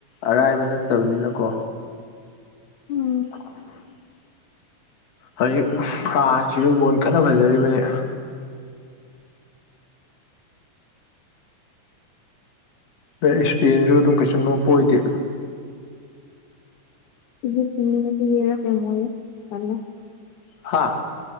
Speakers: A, on the left; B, on the left.
A: ꯑꯔꯥꯏꯕ ꯅꯠꯇꯕꯅꯤꯅꯀꯣ
B: ꯎꯝ
A: <inaudible> ꯍꯧꯖꯤꯛ ꯐ꯭ꯔꯥꯟꯁꯤꯁꯨ ꯕꯣꯜ ꯀꯟꯅ ꯐꯖꯔꯤꯕꯅꯦ ꯑꯗꯨ ꯁ꯭ꯄꯦꯟꯖꯨ ꯑꯗꯨꯝ ꯀꯩꯁꯨ ꯅꯣꯞꯄ ꯑꯣꯏꯗꯦ
B: ꯁꯤ <unintelligible> ꯊꯂꯤ <unintelligible> ꯆꯒꯤꯔ <unintelligible> ꯍꯥꯏꯌꯦ ꯇꯜꯂꯦ
A: ꯍꯥꯥ